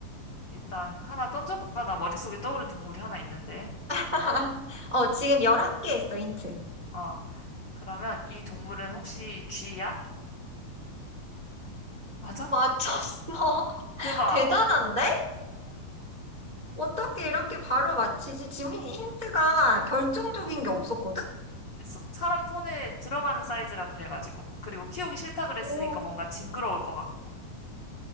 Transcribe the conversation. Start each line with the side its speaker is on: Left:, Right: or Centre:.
Left: 일단 하나 던져볼까? 나 머릿속에 떠오른 동물이 하나 있는데.
Right: <laughs> 어, 지금 11개 했어, 힌트.
Left: 어, 그러면 이 동물은 혹시 쥐야? 맞아?
Right: 맞췄어.
Left: 대박!
Right: <laughs> 대단한데? 어떻게 이렇게 바로 맞히지? 지금 힌트가 결정적인 게 없었거든?
Left: 소- 사람 손에 들어가는 사이즈라 그래가지고. 그리고 키우기 싫다 그랬으니까
Right: 오,
Left: 뭔가 징그러울 것 같고.